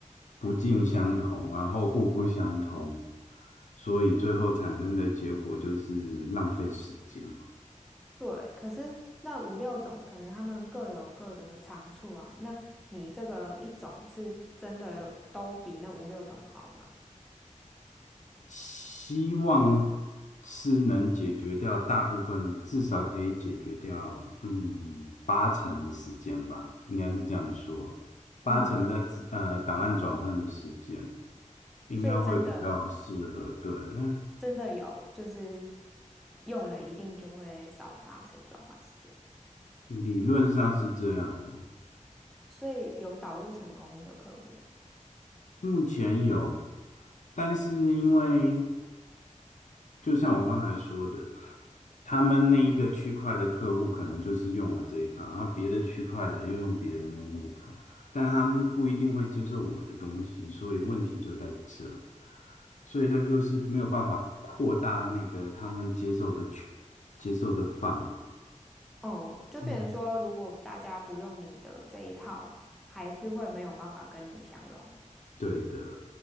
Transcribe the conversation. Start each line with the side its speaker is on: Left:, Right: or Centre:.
Left: 不尽相同，然后互不相通，所以最后产生的结果就是浪费时间。
Centre: 对，可是那五六种可能他们各有各的长处啊。那你这个一种是真的有都比那五六种好吗？
Left: 希望是能解决掉大部分，至少可以解决掉，嗯，八成的时间吧，应该是这样说，
Centre: 嗯，
Left: 八成在资呃档案转换的时间应该会比较适合，
Centre: 所以真的
Left: 对，嗯，
Centre: 真的有，就是用了一定就会少八成转换时间，
Left: 理论上是这样哦
Centre: 所以有导入成功的客户吗？
Left: 目前有，但是因为。就像我刚才说的，他们那一个区块的客户可能就是用我这一套，然后别的区块的又用别人的那一套，但是他们不一定会接受我的东西，所以问题就在这，所以他就是没有办法扩大那个他们接受的区接受的范围。
Centre: 哦，就变成说，
Left: 嗯，
Centre: 如果大家不用你的这一套，还是会没有办法跟你相容，
Left: 对的，